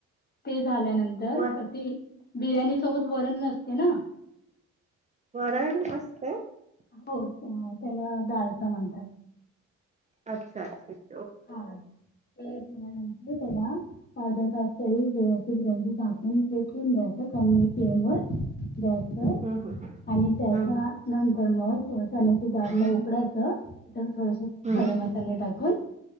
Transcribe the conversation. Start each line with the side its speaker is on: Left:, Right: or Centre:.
Left: ते झाल्यानंतर
Right: व
Left: ते बिर्याणी सोबत वरण नसते ना
Right: वर मस्त
Left: हो त्याला ालचा म्हणतात
Right: अच्छा अच्छा्
Left: हा ते भावा नंतर तला अर्धा तास तरी व्यवस्थित गंजीकूनून द्यायचं कमी फ्लेम व
Right: हम्म हम्म
Left: आणि त्याच्या
Right: हम्म
Left: नंतर मग कारल
Right: हम्म
Left: उकडायचं त्यात थोडेसे
Right: हम्म
Left: खडे मसाले टाकून